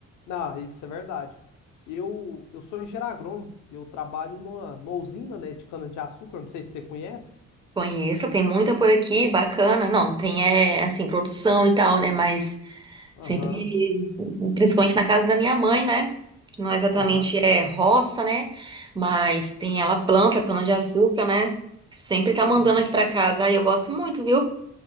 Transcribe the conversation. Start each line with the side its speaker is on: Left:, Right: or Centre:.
Left: Não, isso é verdade. Eu, eu sou engenheiro agrônomo, eu trabalho numa, numa usina, né, de cana-de-açúcar, não sei se você conhece.
Right: Conheço, tem muita por aqui, bacana. Não, não tem, é, assim, produção e tal, né? Mas
Left: Aham,
Right: Sempre, principalmente na casa da minha mãe, né? Que não exatamente
Left: aham,
Right: é roça, né? Mas tem ela planta cana-de-açúcar, né? Sempre tá
Left: uhum.
Right: mandando aqui pra casa. Ai, eu gosto muito, viu?